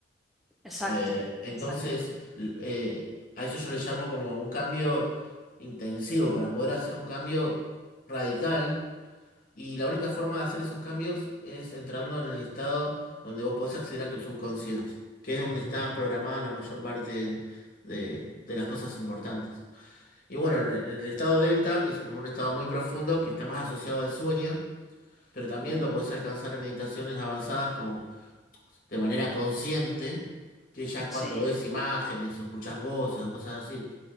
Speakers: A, in the centre; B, on the left.
A: Exacto,
B: Eh, entonces,
A: exacto.
B: l- eh, a eso yo le llamo como un cambio intensivo, para poder hacer un cambio radical. Y la única forma de hacer esos cambios es entrando en el estado donde vos podés acceder a tu subconsciente, que es donde está programada la mayor parte de, de las cosas importantes. Y bueno, en el en el estado delta, que es como un estado muy profundo, que está más asociado al sueño, pero también
A: Ujú,
B: lo podés alcanzar en meditaciones avanzadas como de manera consciente, que ya es cuando
A: Sí.
B: ves imágenes o escuchas voces o cosas así.